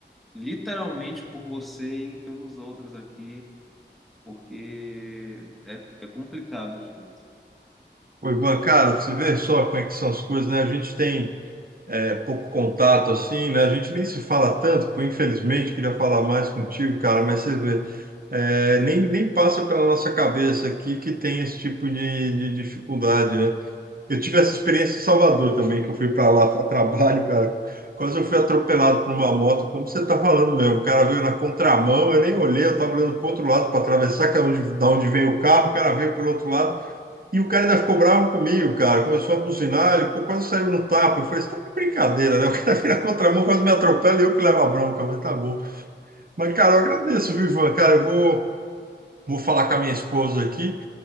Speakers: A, in the centre; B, on the right (about 50°).
A: literalmente por você e pelos outros aqui, porque é, é complicado às vezes.
B: Ô, Ivan, cara, você vê só como é que são as coisas, né? A gente tem é, pouco contato, assim, né? A gente nem se fala tanto, pô, infelizmente, queria falar mais contigo, cara, mas você vê, é, nem, nem passa pela nossa cabeça aqui que tem esse tipo de, de dificuldade, né? Eu tive essa experiência em Salvador também, que eu fui para lá a trabalho, cara. Quase eu fui atropelado por uma moto, como você está falando mesmo. O cara veio na contramão, eu nem olhei, eu estava olhando para o outro lado para atravessar, que é onde, da onde vem o carro, o cara veio pelo outro lado, e o cara ainda ficou bravo comigo, cara. Começou a buzinar, ele pô, quase saiu no tapa. Eu falei, você tá de brincadeira, né? O cara <laughs> veio na contramão, quase me atropela e eu que levo a bronca, mas tá bom. Mas, cara, eu agradeço, viu, Ivan? Cara, eu vou, vou falar com a minha esposa aqui.